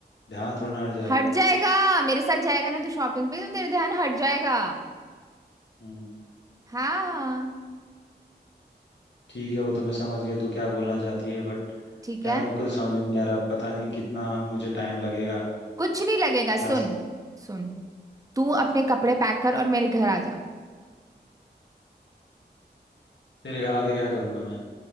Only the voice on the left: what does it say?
ध्यान थोड़ा हट जाएगा
हम्म
ठीक है वो तो मैं समझ गया तू क्या बोलना चाहती है बट
यार मुझे को तो समझ में नहीं आ रहा पता नहीं कितना मुझे टाइम लगेगा
यहाँ से
तेरे घर आके क्या करूंगा मैं